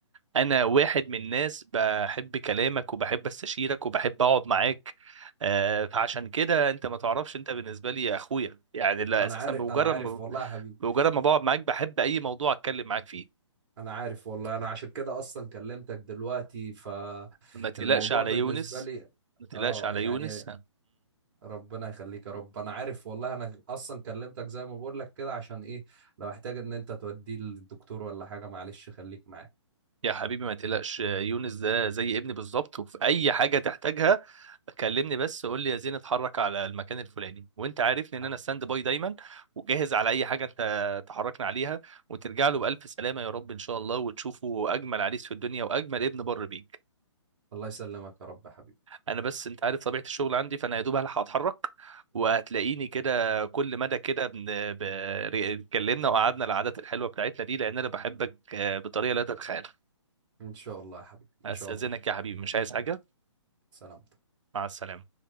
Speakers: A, on the right; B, on the right.
A: انا واحد من الناس بحب كلامك وبحب استشيرك وبحب اقعد معاك آه، فعشان كده انت ما تعرفش انت بالنسبه لي يا اخويا يعني لا
B: انا
A: اساسا
B: عارف
A: بمجرد
B: انا عارف
A: ما
B: والله يا حبيبي
A: بمجرد ما بقعد معاك بحب اي موضوع اتكلم معاك فيه
B: انا عارف والله انا عشان كده اصلا كلمتك دلوقتي فالموضوع
A: ما تقلقش على
B: بالنسبه
A: يونس
B: لي
A: ما تقلقش
B: اه
A: على
B: يعني
A: يونس
B: ربنا يخليك يا رب انا عارف والله انا اصلا كلمتك زي ما بقول لك كده عشان ايه لو احتاج ان انت توديه للدكتور ولا حاجه معلش خليك معايا
A: يا حبيبي ما تقلقش يونس ده زي ابني بالظبط وفي اي حاجه تحتاجها كلمني بس قول لي يا زين اتحرك على المكان الفلاني وانت عارفني
B: ح-
A: ان انا ستاند باي دايما وجاهز على اي حاجه انت تحركنا عليها وترجع له بالف سلامه يا رب ان شاء الله وتشوفه اجمل عريس في الدنيا واجمل ابن بر بيك
B: الله يسلمك يا رب يا حبيبي
A: انا بس انت عارف طبيعه الشغل عندي فانا يا دوب هلحق اتحرك وهتلاقيني كده كل مدى كده بن- ب- ري- اتكلمنا وقعدنا العادات الحلوه بتاعتنا دي لان انا بحبك آه، بطريقه لا تتخيلها
B: ان شاء الله يا حبيبي ان
A: استاذنك
B: شاء الله
A: يا حبيبي مش عايز حاجه
B: سلام
A: مع السلامة